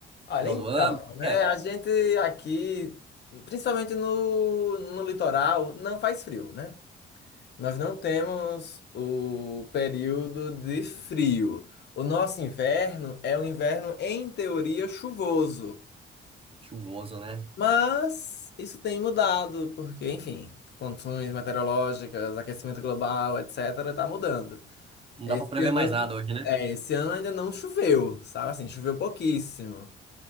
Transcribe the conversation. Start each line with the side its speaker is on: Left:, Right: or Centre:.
Left: Olha,
Right: Final
Left: então,
Right: do ano? Como
Left: né?
Right: é? é?
Left: A gente aqui, principalmente no, no litoral, não faz frio, né? Nós não temos o período de frio. O nosso inverno é um inverno, em teoria, chuvoso.
Right: Chuvoso, né?
Left: Mas isso tem mudado, porque, enfim, condições meteorológicas, aquecimento global, etc., tá mudando.
Right: Não
Left: Esse
Right: dá para prever mais
Left: ano,
Right: nada hoje, né?
Left: é, esse ano ainda não choveu, sabe assim, choveu pouquíssimo.